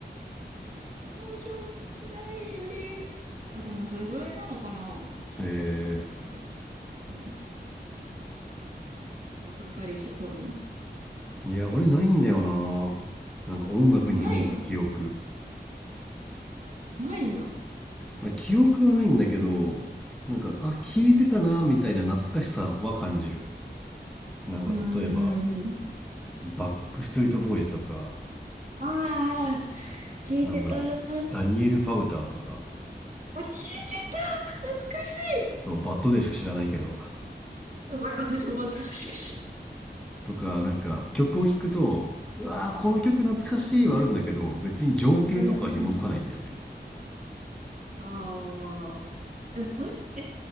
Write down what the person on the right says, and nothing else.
少女時代より、あ、でもそれぐらいなのかな
多分。うん。若かりし頃の。
ないのないんだ。
うーん。
ああ、聞いてた。
あ
聞いてた。懐かしい。
やばい、私もバッドしか知ら
ん。うん。
うん。うんああ。でもそれ、え、